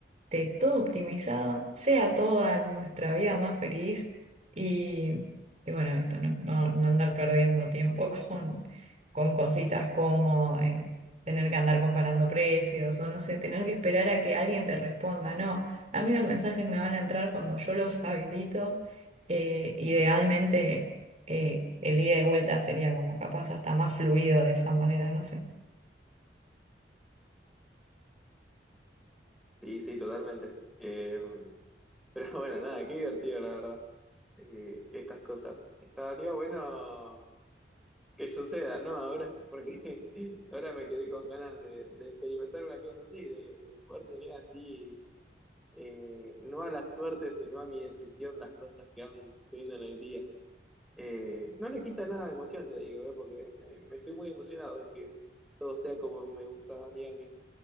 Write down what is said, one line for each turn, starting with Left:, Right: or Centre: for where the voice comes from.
Right: esté todo optimizado, sea toda nuestra vida más feliz y, y bueno, esto, ¿no? No, no andar perdiendo tiempo <laughs> con, con cositas como eh, tener que andar comparando precios o no sé, tener que esperar a que alguien te responda. No, a mí los mensajes me van a entrar cuando yo los habilito. eh, idealmente eh, el ida y vuelta sería como capaz hasta más fluido de esa manera, no sé.
Centre: Sí, sí, totalmente. Eh, <laughs> pero bueno, nada, qué divertido, la verdad. eh, estas cosas. Estaría bueno que suceda, ¿no? Ahora, porque <laughs> ahora me quedé con ganas de, de experimentar una cosa así, de, de poder tener así eh, no a la suerte, sino a mi decisión, las cosas que van subiendo en el día. Eh, no le quita nada de emoción, te digo, eh, porque me, me estoy muy emocionado de que todo sea como me gusta a mí, a mí.